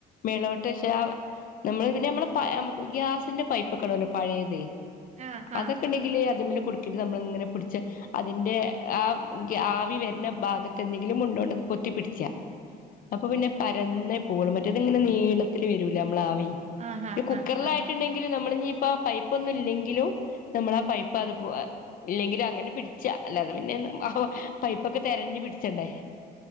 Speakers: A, on the left; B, on the right.
A: മേളോട്ട് പക്ഷെ നമ്മള് പിന്നെ നമ്മളെ പയെ ഗ്യാസിന്റെ പൈപ്പാെക്കെ ഇടൊല്ലോ പയേത്
B: ആഹ്
A: അതെക്കെ
B: ആഹ്
A: ഇണ്ടെങ്കില് അദ്മ്മെല് കൊട്ത്തിട്ട് നമ്മള് ഇങ്ങനെ പിടിച്ചാ അതിന്റെ ആ ആവി വെര്ന ഭാഗത്ത് എന്തെങ്കിലും മുണ്ടോണ്ട് ഒന്ന് പൊത്തിപ്പിടിച്ചാ അപ്പൊ പിന്നെ പരന്നേ പോവൊള്ളൂ മറ്റേത്ഇങ്ങനെ നീളത്തില് വെരൂലെ അമ്മളെ ആവി
B: ആഹ്
A: പിന്നെ
B: ആഹ് ആഹ്
A: കുക്കറിലായിട്ട്
B: ആഹ് ആഹ് ആഹ്
A: ഇണ്ടെങ്കില് നമ്മള് ഇഞ്ഞ്ഇപ്പൊ പൈപ്പ് ഒന്നും ഇല്ലെങ്കിലും ഞമ്മളാ പൈപ്പ് അത് പോലെ ഇല്ലെങ്കിലും അങ്ങനെ പിടിച്ചാ അല്ലാതെ പിന്നെ എൻ അഹാെ പൈപ്പൊക്കെ തെരഞ്ഞ് പിടിച്ചണ്ടേ